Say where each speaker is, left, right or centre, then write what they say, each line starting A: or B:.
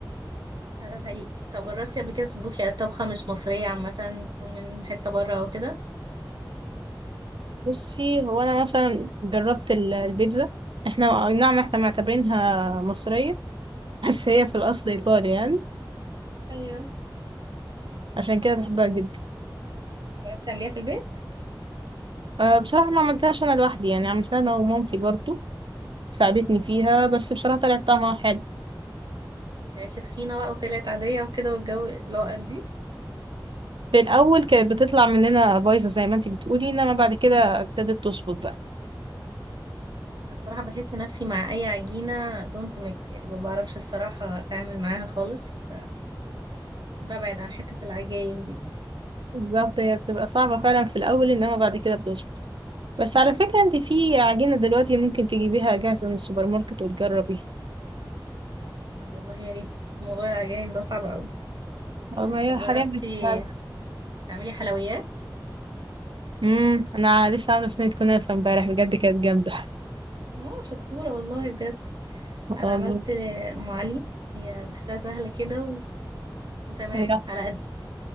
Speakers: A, on the right; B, on the right.
A: لا ده حقيقي طب جربتي قبل كده تطبخي يعني طبخة مش مصرية عامة تكون من حتة بره أو كده
B: بصي هو أنا مثلا جربت ال- البيتزا احنا أي نعم احنا معتبرينها مصرية <laughs> بس هي في الأصل إيطالي يعني
A: ايوه
B: عشان كده بحبها جدا
A: بس جربتي تعمليها في البيت
B: أه بصراحة ما عملتهاش أنا لوحدي يعني عملتها أنا ومامتي برضو ساعدتني فيها بس بصراحة طلعت طعمها حلو
A: طلعت تخينة بقى وطلعت عادية وكده والجو اللي هو قد إيه؟
B: في الأول كانت بتطلع مننا بايظة زي ما انتي بتقولي إنما بعد كده ابتدت تظبط بقى
A: أنا الصراحة بحس نفسي مع أي عجينة دونت ميكس يعني ما بعرفش الصراحة أتعامل معاها خالص فببعد عن حتة العجاين دي
B: بالظبط هي بتبقى صعبة فعلا في الأول إنما بعد كده بتظبط بس على فكرة انت في عجينة دلوقتي ممكن تجيبيها جاهزة من السوبر ماركت وتجربيها
A: طب والله يا ريت موضوع العجاين ده صعب أوي
B: اه ما هي
A: طب جربتي
B: حاليا بتتعب
A: تعملي حلويات؟
B: امم انا لسه عاملة صينية كنافة امبارح بجد كانت جامدة
A: اه شطورة والله بجد أنا
B: الله
A: عملت أم علي هي بحسها سهلة كده و... وتمام
B: هي
A: على